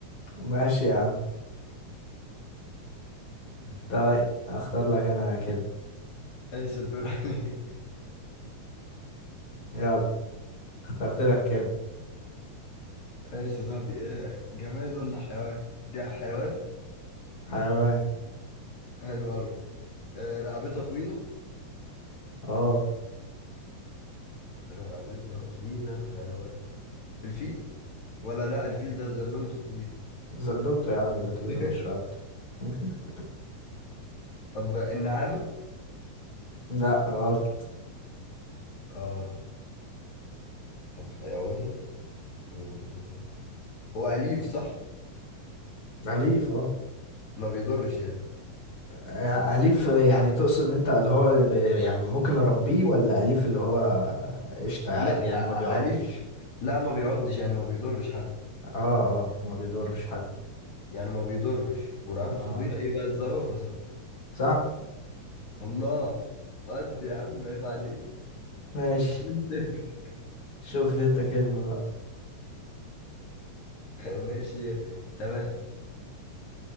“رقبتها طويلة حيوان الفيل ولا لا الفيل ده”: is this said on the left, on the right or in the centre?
Left